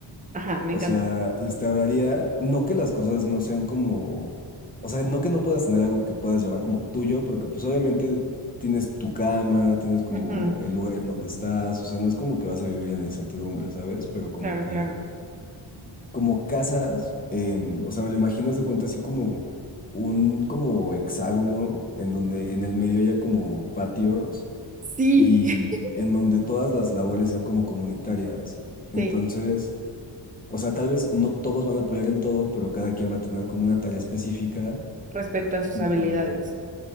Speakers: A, on the right; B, on the left.
A: Ajá, me
B: O
A: encanta.
B: sea, instauraría. No que las cosas no sean como. O sea, no que no puedas tener algo que puedas llamar como tuyo, porque pues obviamente tienes tu cama, tienes como
A: Ujú,
B: el lugar en donde estás. O sea, no es como que vas a vivir en la incertidumbre, ¿sabes? Pero como
A: Claro,
B: que
A: claro.
B: como casas en, o sea, me lo imagino, haz de cuenta así como un como hexágono en donde en el medio haya como patios
A: Sí.
B: y
A: <laughs>
B: en donde todas las labores sean como comunitarias. Entonces,
A: Sí,
B: o sea, tal vez no todos van a apoyar en todo, pero cada quien va a tener como una tarea específica
A: respecto a sus
B: en
A: habilidades.
B: donde,